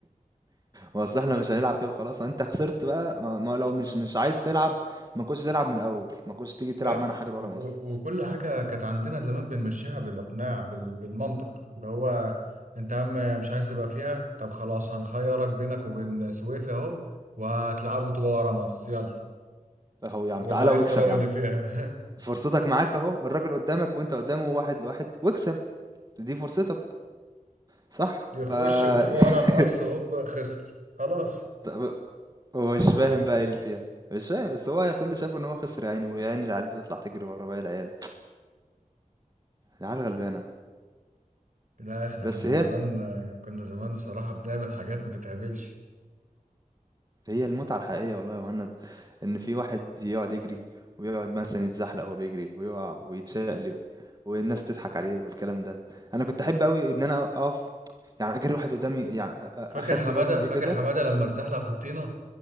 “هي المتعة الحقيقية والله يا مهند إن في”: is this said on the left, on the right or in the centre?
Right